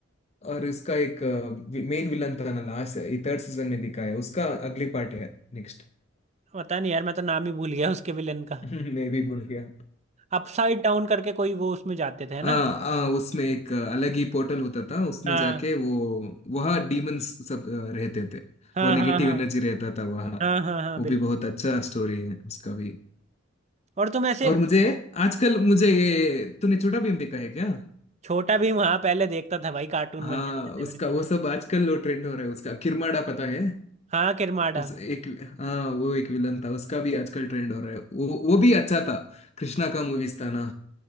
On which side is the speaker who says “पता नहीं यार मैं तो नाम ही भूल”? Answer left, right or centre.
Right